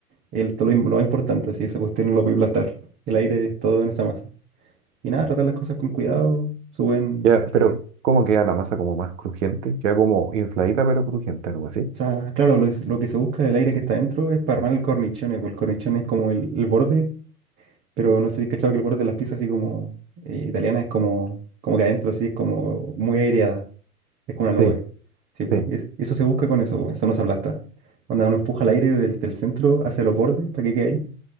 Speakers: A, on the right; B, on the right.
A: el, todo lo, im- lo más importante, así, esa cuestión no lo puede aplastar. El aire es todo en esa masa. Y nada, tratar las cosas con cuidado, suben
B: ya, pero ¿cómo queda la masa como más crujiente? Queda como infladita pero crujiente, algo así.
A: O sea, claro, lo, es- lo que se busca el aire que está dentro es para armar el cornichone, porque el cornichone es como el, el borde, pero no sé si has cachado que el borde de las pizzas así como eh, italiana es como, como que adentro así es como muy aireada, es como una
B: Sí,
A: nube. Sí, po,
B: sí,
A: y es- eso se busca con eso, po, eso no se aplasta. Cuando uno empuja el aire del, del centro hacia los bordes para que quede ahí.